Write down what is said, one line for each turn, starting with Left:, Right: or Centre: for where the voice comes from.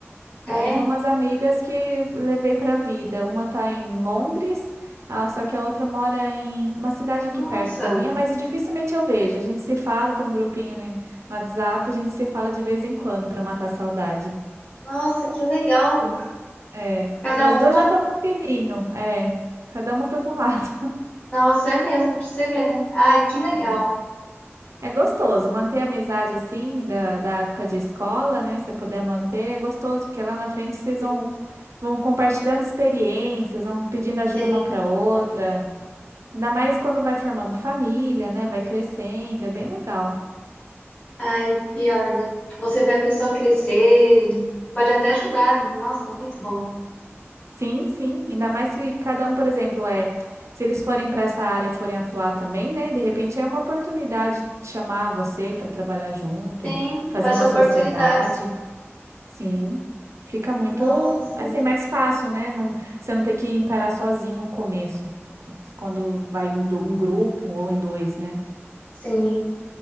Left: É.
Right: Aí tem umas amigas que levei pra vida. Uma tá em Londres, ah, só que a outra mora em uma cidade aqui
Left: Nossa.
Right: perto da minha, mas dificilmente eu vejo. A gente se fala, tem um grupinho no no WhatsApp, a gente se fala de vez em quando pra matar a saudade.
Left: Nossa, que legal.
Right: É.
Left: Cada
Right: E as
Left: uma.
Right: duas já estão com filhinho. É. Cada uma foi pra um lado. <laughs>
Left: Nossa, é mesmo, pra você ver, né? Ai, que legal.
Right: É. É gostoso manter a amizade assim, da, da época de escola, né? Se você puder manter, é gostoso, porque lá na frente vocês
Left: Uhum.
Right: vão, vão compartilhando experiências, vão pedindo ajuda
Left: Tem.
Right: uma pra outra. Ainda mais quando vai formando família, né? Vai crescendo, é bem legal.
Left: Ai, pior, né? Você vê a pessoa crescer. Pode até ajudar. Nossa, muito bom.
Right: Sim, sim. Ainda mais se cada um, por exemplo, é. Se eles forem para essa área e forem atuar também, né? De repente é uma oportunidade de chamar você para trabalhar junto,
Left: Tem.
Right: fazer
Left: Pode
Right: uma
Left: ser oportunidades.
Right: sociedade. Sim. Fica muito,
Left: Nossa.
Right: assim, mais fácil, né? Não, você não ter que encarar sozinho um começo, quando vai em do- um grupo ou em dois, né?
Left: Sim.